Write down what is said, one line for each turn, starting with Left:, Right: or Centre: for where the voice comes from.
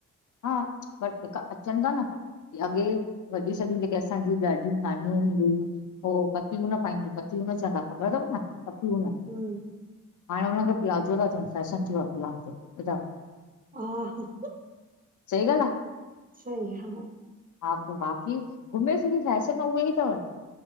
Left: हा पर जेका अचनि था न अॻे वॾी सॾियूं जेके असांजी ॾाढी, नानियूं हूंदिय हुयूं हो पतियूं न पाईंदियूं, पतियूं न चवंदा ख़बर तव न पतियूं न
Right: हम्म
Left: हाणे हुन खे प्लाज़ो ता चवनि फैशन थियो आ, प्लाज़ो ॿुधायो
Right: हा हा
Left: सही ॻाल्ह आ।
Right: सही हा।
Left: हा पोइ बाक़ी घुमे फिरी करे, फैशन उहा ई तव